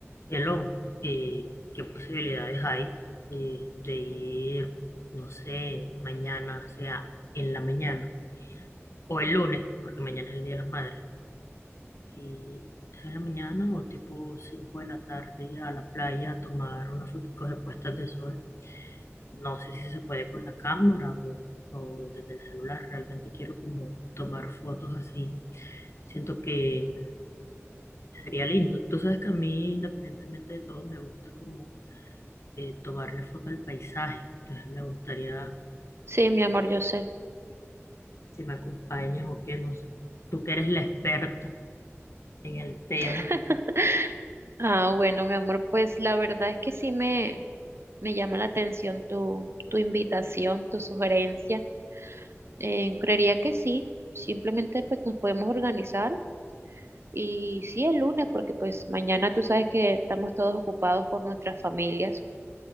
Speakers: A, on the left; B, on the right.
A: Cielo, eh, ¿qué posibilidades hay eh, de ir, no sé, mañana, o sea, en la mañana o el lunes, porque mañana es el Día de las Madres, y sea, en la mañana o tipo 5 de la tarde a la playa a tomar unas fotos de puestas de sol? No sé si se puede con la cámara o, o desde el celular, realmente quiero como tomar fotos así. Siento que sería lindo. Tú sabes que a mí, independientemente de todo, me gusta como eh, tomarle foto al paisaje. Entonces me gustaría,
B: Sí, mi
A: si,
B: amor, yo sé.
A: si me acompañas o qué, no sé. Tú que eres la experta en el tema.
B: <laughs> Ah, bueno, mi amor, pues la verdad es que sí me, me llama la atención tu, tu invitación, tu sugerencia. Eh, creería que sí, simplemente pues nos podemos organizar y sí el lunes, porque pues mañana tú sabes que estamos todos ocupados con nuestras familias,